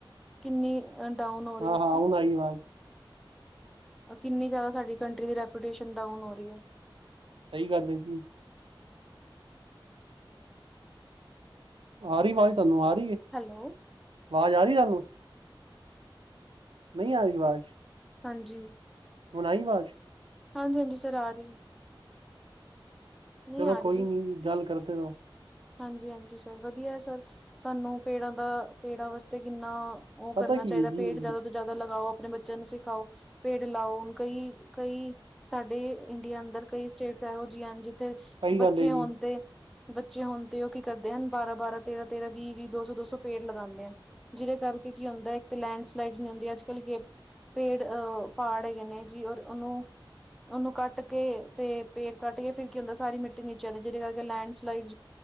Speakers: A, in the centre; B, on the right.
A: ਕਿੰਨੀ ਅ ਡਾਊਨ ਹੋ ਰਹੀ
B: ਹਾਂ ਹਾਂ ਹੁਣ ਆਈ ਆਵਾਜ਼
A: ਅਸੀਂ ਕਿੰਨੀ ਜ਼ਿਆਦਾ ਸਾਡੀ ਕੰਟਰੀ ਦੀ ਰੈਪੂਟੇਸ਼ਨ ਡਾਊਨ ਹੋ ਰੀ ਆ।
B: ਸਈ ਗੱਲ ਐ ਜੀ। ਆ ਰਹੀ ਆਵਾਜ਼ ਤੁਹਾਨੂੰ ਆ ਰਹੀ ਹੈ
A: ਹੈਲੋ
B: ਆਵਾਜ਼ ਆ ਰਹੀ ਤੁਹਾਨੂੰ ਨਹੀਂ ਆ ਰਹੀ ਆਵਾਜ਼
A: ਹਾਂਜੀ। ਹਾਂਜੀ।
B: ਹੁਣ ਆਈ ਆਵਾਜ਼।
A: ਹਾਂਜੀ, ਹਾਂਜੀ ਸਰ! ਆ ਰਹੀ। ਨਹੀਂ
B: ਚਲੋ
A: ਆ ਰਹੀ
B: ਕੋਈ ਨੀ ਜੀ ਗੱਲ ਕਰਦੇ ਆ।
A: ਹਾਂਜੀ, ਹਾਂਜੀ ਸਰ ਵਧੀਆ ਸਰ ਸਾਨੂੰ ਪੇੜਾ ਦਾ ਪੇੜਾ ਵਾਸਤੇ ਕਿੰਨਾ।‌ ਉਹ
B: ਪਤਾ
A: ਕਰਨਾ
B: ਕੀ
A: ਚਾਹੀਦਾ,
B: ਹੈ ਜੀ
A: ਪੇੜ ਜਿਆਦਾ ਤੋਂ ਜ਼ਿਆਦਾ ਲਗਾਓ। ਆਪਣੇ ਬੱਚਿਆਂ ਨੂੰ ਸਿਖਾਓ ਪੇੜ ਲਾਓ, ਹੁਣ ਕਈ ਕਈ ਸਾਡੇ ਇੰਡੀਆ ਅੰਦਰ ਕਈ ਸਟੇਟ। ਇਹੋ ਜਿਹੀ ਇੰਜ ਤੇ
B: ਸਹੀ
A: ਬੱਚੇ
B: ਗੱਲ ਹੈ ਜੀ
A: ਹੋਣ ਤੇ। ਬੱਚੇ ਹੋਣ ਤੇ ਉਹ ਕੀ ਕਰਦੇ ਹਨ ਬਾਰਾਂ, ਬਾਰਾਂ ਤੇਰਾਂ, ਤੇਰਾਂ ਵੀਹ, ਵੀਹ ਦੋ ਸੌ ਦੋ ਸੌ ਪੇੜ ਲਗਾਂਦੇ ਆ ਜਿਹਦੇ ਕਰਕੇ ਕੀ ਹੁੰਦਾ ਇੱਕ ਲੈਂਡਸਲਾਈਡ ਨੀ ਹੁੰਦੀ ਅੱਜ ਕੱਲ ਪੇੜ ਅਅ ਪਹਾੜ ਹੈਗੇ ਨੇ ਜੀ ਔਰ ਉਹਨੂੰ। ਉਨੂ ਕੱਟ ਕੇ ਤੇ ਪੇੜ ਕੱਟ ਕੇ ਫਿਰ ਕੀ ਹੁੰਦਾ ਸਾਰੀ ਮਿੱਟੀ ਨੀਚੇ ਜਾਂਦੀ ਜਿਦੇ ਕਰਕੇ ਲੈਂਡ ਸਲਾਈਡ